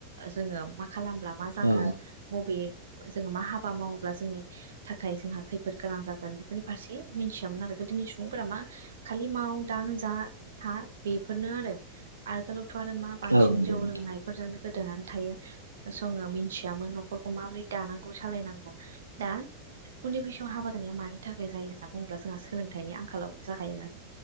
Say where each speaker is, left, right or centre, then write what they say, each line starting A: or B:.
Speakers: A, on the right (about 60°); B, on the right (about 85°).
A: जोङो मा खालामब्ला मा जागोन
B: औ
A: बबे जोङो मा हाबा मावोब्ला जोंनि थाखाय जोंहा खै जोबोद गोनां जागोन बेफोरनि फारसे मिथियामोन आरो गोदोनि सुबुंफोरा मा खालि माव दां जा था बेफोरनो आरो। आगोलावथ' आरो मा बांसिन
B: औ नंगौ
A: जौ
B: नोंथां
A: लोंनाय फोरजोंनो गोदोनानै थायो जोङो मिथियामोन न'खरखौ माबोरै दानांगौ सालायनांगौ। दा उन्दै बैसोआव हाबा जारिया मानि थाखाय जायो होनना बुङोब्ला जोंहा सोलोंथाइनि आंखालावनो जागायो आरो।